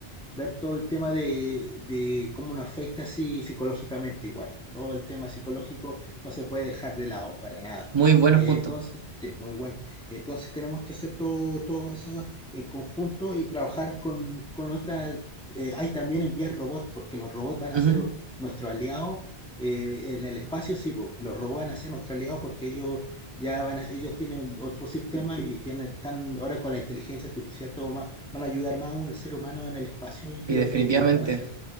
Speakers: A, in the centre; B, on the right.
A: ver todo el tema de, de cómo nos afecta así psicológicamente igual. Todo el tema psicológico no se puede dejar de lado para nada.
B: Muy buenos
A: Eh,
B: puntos.
A: entonces, sí, muy bueno. Entonces tenemos que hacer todo, todo eso en conjunto y trabajar con, con otras. eh, hay también enviar robots, porque los robots van a
B: Ujú.
A: ser nuestro aliado eh, en el espacio, sí, po, los robots van a ser nuestro aliado porque ellos ya van a- ellos tienen otro sistema y tienen, están ahora con la inteligencia artificial todo más, van a ayudar más aún al ser humano en el espacio y creo
B: Y definitivamente.
A: que ya lo están haciendo.